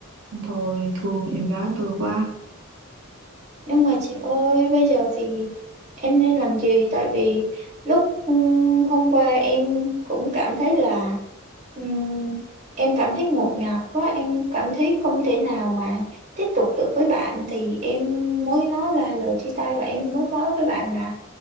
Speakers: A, on the right (about 65°); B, on the right (about 35°).
A: thôi thương em gái tôi quá
B: nhưng mà chị ơi bây giờ thì em nên làm gì tại vì lúc ừm, hôm qua em cũng cảm thấy là ừm, em cảm thấy ngột ngạt quá em cảm thấy không thể nào mà tiếp tục được với bạn thì em mới nói là lời chia tay và em mới nói với bạn là